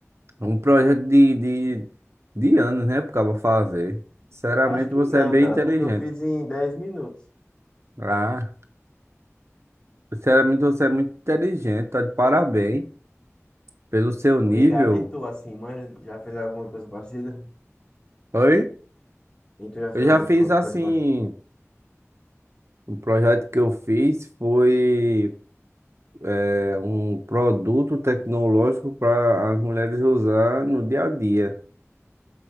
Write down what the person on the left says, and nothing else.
Acho que
não,
cara,
porque eu fiz em 10 minutos.
Obrigado. E tu, assim, manja, já fez alguma coisa parecida?
E tu já fez
alguma
co-
coisa parecida?